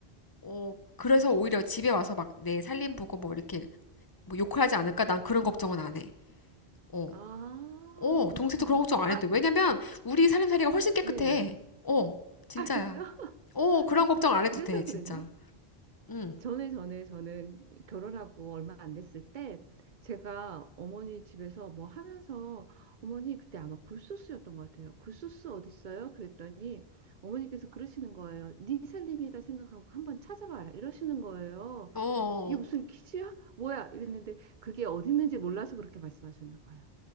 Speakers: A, on the left; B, on the right.
A: 어, 그래서 오히려 집에 와서 막 내 살림 보고 뭐 이렇게 뭐 욕을 하지 않을까? 난 그런 걱정은 안 해. 어,
B: 아,
A: 어,
B: 그렇구나.
A: 동생도 그런 걱정 안
B: 아,
A: 해도 돼. 왜냐면 우리 살림살이가 훨씬 깨끗해.
B: 네.
A: 어, 진짜야.
B: 아, 그래요?
A: 어, 그런 걱정
B: <laughs>
A: 안 해도
B: 그래서
A: 돼, 진짜.
B: 그랬나?
A: 응,
B: 전에 전에 저는 결혼하고 얼마 안 됐을 때 제가 어머니 집에서 뭐 하면서 어머니 그때 아마 굴소스였던 것 같아요. 굴소스 어디 있어요? 그랬더니 어머니께서 그러시는 거예요. 네 살림이다 생각하고 한번 찾아봐라 이러시는 거예요.
A: 어.
B: 그래서 이게 무슨 퀴즈야? 뭐야? 이랬는데 그게 어디 있는지 몰라서 그렇게 말씀하셨나 봐요.